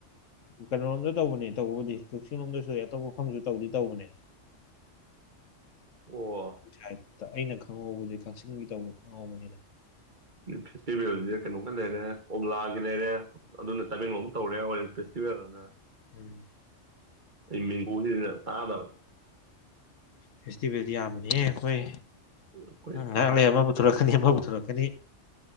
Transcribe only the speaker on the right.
ꯑꯣ
ꯐꯦꯁꯇꯤꯚꯦꯜꯁꯤꯗ ꯀꯩꯅꯣꯒ ꯂꯩꯔꯦ ꯀꯣꯝꯂꯥꯒꯤ ꯂꯩꯔꯦ ꯑꯗꯨꯅ ꯇꯃꯦꯡꯂꯣꯝ ꯇꯧꯔꯦ ꯑꯣꯏꯔꯦꯜ ꯐꯦꯁꯇꯤ ꯚꯦꯜꯅ
ꯃꯦꯡꯒꯣꯁꯤꯗ ꯑꯍꯥꯟꯕ
ꯑꯩꯈꯣꯏ